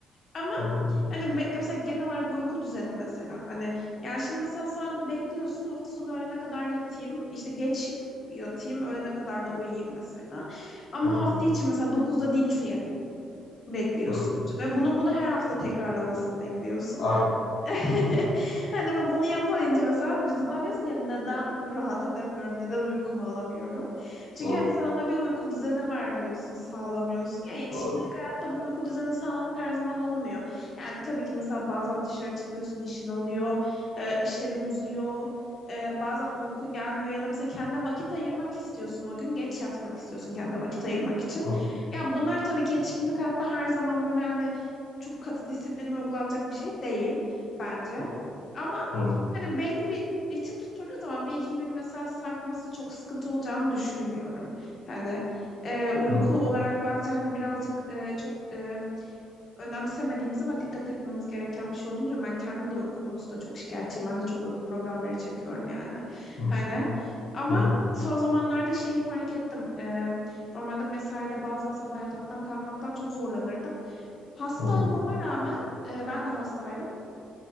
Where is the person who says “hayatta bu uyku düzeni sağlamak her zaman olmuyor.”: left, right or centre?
Left